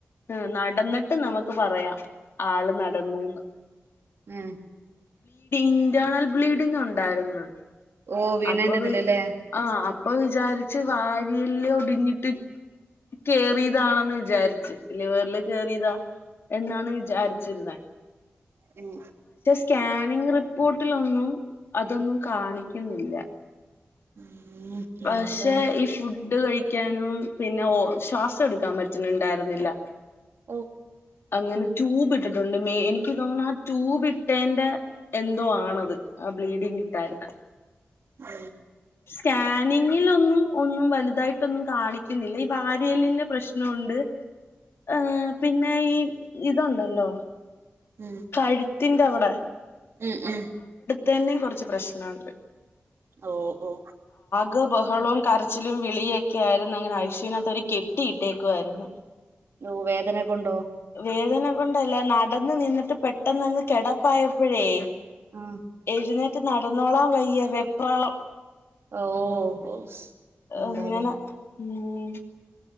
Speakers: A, on the left (about 75°); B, on the right (about 75°).
A: ആ നടന്നിട്ട് നമുക്ക് പറയാം ആള് നടന്നൂന്ന്
B: ഉം
A: ഇന്റേർണൽ ബ്ലീഡിങ്ങ് ഉണ്ടായിരുന്നു
B: ഓ വീണേന്റെതിലല്ലേ
A: അപ്പൊഴ് ആ അപ്പൊ വിചാരിച്ച് വാരിയല്ല് ഒടിഞ്ഞിട്ട് കേറിതാണെന്ന് വിചാരിച് ലിവറില് കേറിയതാ എന്നാണ് വിചാരിച്ചിരുന്നേ
B: <unintelligible>
A: സ്കാനിംങ് റിപ്പോർട്ടിലൊന്നും അതൊന്നും കാണിക്കുന്നില്ല
B: ഉം
A: പക്ഷെ
B: എന്താ
A: ഈ ഫുഡ് കഴിക്കാനും പിന്നെ ഓ ശ്വാസം എടുക്കാൻ പറ്റുന്നുണ്ടായിരുന്നില്ല
B: ഓ
A: അങ്ങനെ ട്യൂബ് ഇട്ടിട്ടുണ്ട് മേ എനിക്ക് തോന്നുന്നു ആ ട്യൂബ് ഇട്ടേൻ്റെ എന്തോ ആണത് ആ ബ്ലീഡിങ് ഉണ്ടായിരുന്നെ
B: ആ
A: സ്കാനിംങ് ഇലൊന്നും ഒന്നും വലുതായിട്ടൊന്നും കാണിക്കുന്നില്ല ഈ വാരിയെലിന്റെ പ്രശ്നമുണ്ട് ഏ പിന്നെ ഈ ഇതുണ്ടല്ലോ
B: ഉം
A: കഴു ത്തിന്റെ അവിടെ
B: ഉം ഉം
A: തന്നെയും കുറച്ച് പ്രശ്നണ്ട്
B: ഓ ഓ
A: ഗാ ബഹളവും കരച്ചിലും വിളിയൊക്കെയായിരുന്നു അങ്ങനെ ഐസിയുവിനാത്തവര് കെട്ടിയിട്ടേക്കുവായിരുന്നു
B: നോ വേദന കൊണ്ടോ
A: വേദന കൊണ്ടല്ല നടന്ന് നിന്നിട്ട് പെട്ടന്നങ്ങ് കിടപ്പായപ്പോഴേ
B: ആഹ്
A: എഴ്നേ ട്ട് നടന്നോളാൻ വയ്യ വെപ്രാളം
B: ഓ ഓ എന്താലേ
A: അങ്ങനെ ഉം